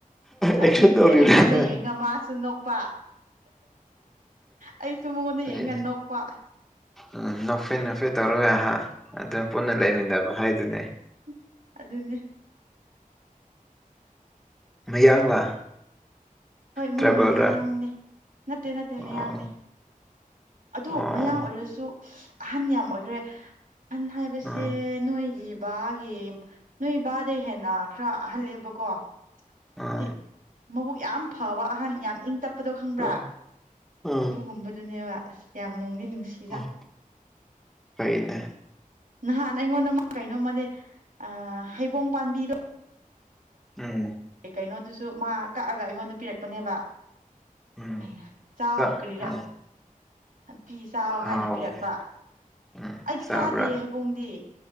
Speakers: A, in the centre; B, on the right (about 70°).
A: ꯑꯦꯛꯁꯟ
B: ꯑꯗꯨꯒꯤ
A: ꯇꯧꯔꯤꯔ
B: ꯑꯩꯉꯣꯟꯗ
A: ꯅꯣꯏ
B: ꯌꯦꯡꯉ ꯃꯥꯁꯨ ꯅꯣꯛꯄ ꯑꯩꯁꯨ ꯃꯉꯣꯟꯗ
A: ꯐꯩꯅꯦ
B: ꯌꯦꯡ ꯉ ꯅꯣꯛꯄ
A: ꯎꯝ ꯅꯣꯛꯐꯦꯠ ꯅꯣꯛꯐꯦꯠ ꯇꯧꯔꯒ ꯑꯍꯥ ꯑꯗꯨꯝ ꯄꯨꯟꯅ ꯂꯩꯃꯤꯟꯅꯕ ꯍꯥꯏꯗꯨꯅꯦ
B: ꯍꯨꯡ ꯑꯗꯨꯅꯦ
A: ꯃꯌꯥꯡꯂꯥ
B: ꯍꯣꯏ
A: ꯇ꯭ꯔꯥꯏꯕꯦꯜꯔꯥ
B: ꯃꯣꯏ ꯃꯌꯥꯡꯅꯦ ꯅꯠꯇꯦ ꯅꯠꯇꯦ
A: ꯑꯣ
B: ꯃꯌꯥꯡꯅꯦ ꯑꯗꯨ
A: ꯑꯣ
B: ꯃꯌꯥꯡ ꯑꯣꯏꯔꯁꯨ ꯑꯍꯟ ꯌꯥꯝ ꯑꯣꯏꯒ꯭ꯔꯦ ꯑꯍꯟ ꯍꯥꯏꯕꯁꯦ
A: ꯑꯣ
B: ꯅꯣꯏꯒꯤ ꯕꯥꯒꯤ ꯅꯣꯏ ꯕꯥꯗꯩ ꯍꯦꯟꯅ ꯈꯔ ꯑꯍꯜꯂꯦꯕꯀꯣ
A: ꯑꯣ
B: ꯇꯤ ꯃꯕꯨꯛ ꯌꯥꯝ ꯐꯕ ꯑꯍꯟ ꯌꯥꯝ ꯏꯪ ꯇꯞꯄꯗꯣ ꯈꯪꯕ꯭ꯔꯥ
A: ꯑꯣ ꯑ
B: ꯑꯗꯨ ꯒꯨꯝꯕꯗꯨꯅꯦꯕ ꯑꯁ ꯌꯥꯝ ꯅꯨꯡꯗꯤ ꯅꯨꯡꯁꯤ
A: ꯑꯣ ꯐꯩꯅꯦ
B: ꯅꯍꯥꯟ ꯑꯩꯉꯣꯟꯗ ꯃꯥ ꯀꯩꯅꯣꯝꯃꯗꯤ ꯑꯥ ꯍꯩꯕꯣꯡ ꯄꯥꯟꯕꯤꯗꯣ
A: ꯎꯝ
B: ꯑꯦ ꯀꯩꯅꯣꯗꯨꯁꯨ ꯃꯥ ꯀꯛꯑꯒ ꯑꯩꯉꯣꯟꯗ ꯄꯤꯔꯛꯄꯅꯦꯕ
A: ꯎꯝ
B: ꯑꯩꯅ ꯆꯥꯎ
A: ꯆꯥꯛ
B: ꯀꯔꯤꯔꯥ
A: ꯎꯝ
B: ꯐꯤ ꯆꯥꯎ ꯍꯥꯏꯅ
A: ꯍꯥꯎꯕꯅꯦ
B: ꯄꯤꯔꯛꯄ
A: ꯎꯝ
B: ꯑꯩꯗꯤ
A: ꯆꯥꯕ꯭ꯔꯥ
B: ꯆꯥꯗꯦ ꯍꯩꯕꯣꯡꯗꯤ